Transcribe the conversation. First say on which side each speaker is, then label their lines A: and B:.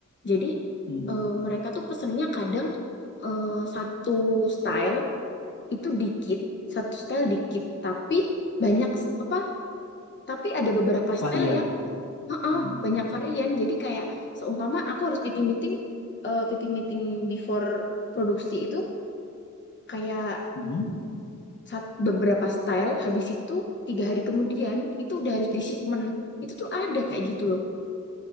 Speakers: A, on the left; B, on the left.
A: Jadi
B: Mm-mm.
A: eh, mereka tuh pesennya kadang eh, satu style itu dikit, satu style dikit, tapi banyak s- apa? Tapi ada beberapa style
B: Varian.
A: ya, heeh,
B: Mm-mm.
A: banyak varian. Jadi kayak seumpama aku harus pipi meeting, eh, pipi meeting before produksi itu kayak
B: Mhm.
A: sat- beberapa style, habis itu tiga hari kemudian itu udah harus di shipment. Itu tuh ada kayak gitu loh.